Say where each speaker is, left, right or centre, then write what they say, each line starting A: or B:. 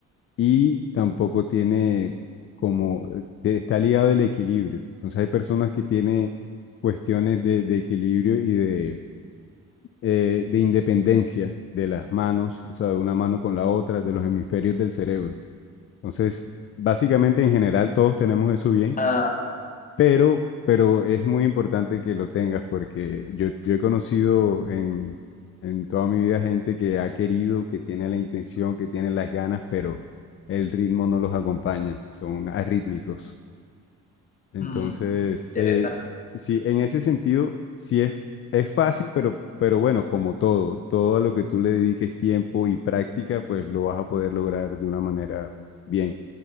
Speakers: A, on the left (about 45°); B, on the left (about 25°).
A: y tampoco tiene como, eh, está ligado el equilibrio. Entonces hay personas que tienen cuestiones de, de equilibrio y de, eh, de independencia de las manos, o sea, de una mano con la otra, de los hemisferios del cerebro. Entonces, básicamente en general todos tenemos eso bien
B: Ah,
A: pero, pero es muy importante que lo tengas porque yo, yo he conocido en, en toda mi vida gente que ha querido, que tiene la intención, que tiene las ganas, pero el ritmo no los acompaña, son arrítmicos. Entonces,
B: mm, interesante.
A: eh, sí, en ese sentido, sí es, es fácil, pero, pero bueno, como todo, todo a lo que tú le dediques tiempo y práctica, pues lo vas a poder lograr de una manera bien.